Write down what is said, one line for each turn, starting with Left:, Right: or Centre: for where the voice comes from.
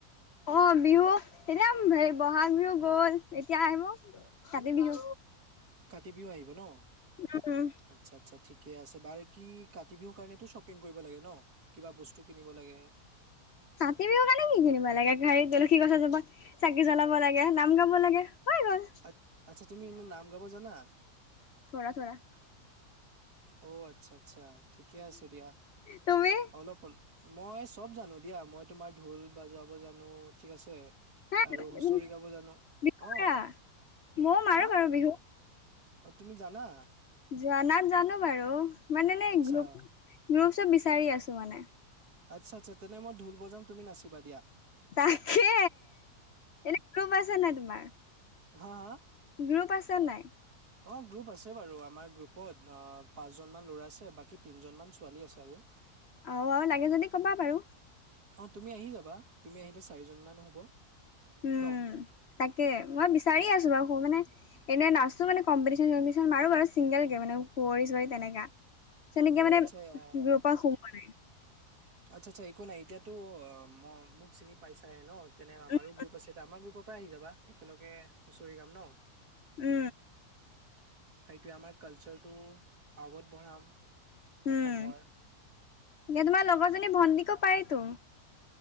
Left: অ', বিহু, এতিয়া হেৰি বহাগ বিহু গ'ল, এতিয়া আহিব কাতি বিহু।
Right: কাতি বিহু আহিব ন?
Left: উম,
Right: আচ্ছা, আচ্ছা ঠিকে আছে। বাৰু কি কাতি বিহু কাৰণটো শ্বপ পিং কৰিব লাগে ন? কিবা বস্তু কিনিব লাগে।
Left: কাতি বিহুৰ কাৰণে কি কিনিব লাগে? খালি তুলসী গছ এজোপাত চাকি জ্বলাব লাগে, নাম গাব লাগে। হৈ গ'ল
Right: আত, আচ্ছা তুমি এনে নাম গাব জানা?
Left: থৌৰা, থৌৰা।
Right: অ', আচ্ছা, আচ্ছা ঠিকে আছে দিয়া।
Left: তুমি
Right: অলপ মই চব জানো দিয়া। মই তোমাৰ ঢোল বাজাব জানো, ঠিক আছে।
Left: হা
Right: আৰু
Left: বিহু
Right: হুচৰি গাব জানো।
Left: মাৰা
Right: অ',
Left: ময়ো মাৰো
Right: হা?
Left: বাৰু বিহু।
Right: অ', তুমি জানা?
Left: জনাত জানো বাৰু। মানে এনেই
Right: আচ্ছা
Left: গ্ৰুপ, গ্ৰুপ চ্ৰুপ বিচাৰি আছোঁ মানে।
Right: আচ্ছা, আচ্ছা। তেনে মই ঢোল বজাম, তুমি নাচিবা দিয়া।
Left: তাকে, এনে গ্ৰুপ আছে নাই তোমাৰ?
Right: হা, আ, আ?
Left: গ্ৰুপ আছে নাই?
Right: অ', গ্ৰুপ আছে বাৰু আমাৰ গ্ৰুপত, অ', পাঁচজনমান ল'ৰা আছে, বাকী তিনজনমান ছোৱালী আছে আৰু
Left: আও, আৰু লাগে যদি ক'বা বাৰু।
Right: অ', তুমি আহি যাবা। তুমি আহিলে চাৰিজন মান হ'ব।
Left: উ,
Right: ন
Left: তাকে। মই বিচাৰি আছো বাৰু। সৌ মানে এনে নাচো মানে, কম্পিটিশ্যন চম্পিটিশ্যন মাৰো বাৰু। ছিংগেল কে মানে কুঁৱৰি চুঁৱৰি তেনেকা। তেনেকে
Right: অ
Left: মানে
Right: আচ্ছা আহ,
Left: গ্ৰুপত সোমোৱা নাই।
Right: আচ্ছা, আচ্ছা। একো নাই, এতিয়াতো অ', মো মোক চিনি পাইছাই ন? তেনে আমাৰো
Left: উম
Right: গ্ৰুপ আছে, আমাৰ গ্ৰুপৰ পৰাই আহি যাবা। একেলগে হুঁচৰি গাম ন?
Left: উ।
Right: সেইটোয়ে আমাৰ কালচাৰটো আগত বঢ়াম।
Left: উ,
Right: অসমৰ।
Left: এতিয়া তোমাৰ লগৰজনী ভণ্টিকো পাৰিটো।